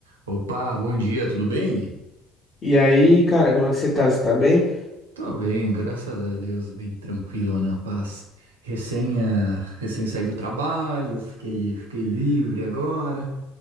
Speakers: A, on the right; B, on the left.
A: Opa, bom dia, tudo bem?
B: E aí, cara, como é que você tá? Você tá bem?
A: Tô bem, graças a Deus, bem tranquilo, na paz. Recém, ah, recém saí do trabalho, fiquei, fiquei livre agora,